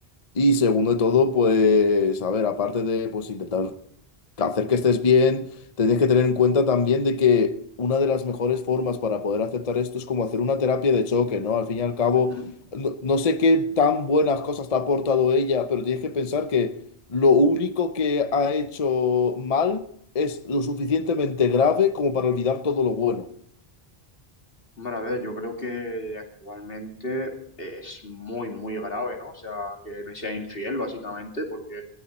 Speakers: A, on the left; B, on the left.
A: y segundo de todo, pues a ver, aparte de pues intentar hacer que estés bien, tienes que tener en cuenta también de que una de las mejores formas para poder aceptar esto es como hacer una terapia de choque, ¿no? Al fin y al cabo,
B: Ujú.
A: no, no sé qué tan buenas cosas te ha aportado ella, pero tienes que pensar que lo único que ha hecho mal es lo suficientemente grave como para olvidar todo lo bueno.
B: Hombre, a ver, yo creo que actualmente es muy, muy grave, ¿no? O sea, que me sea infiel, básicamente, porque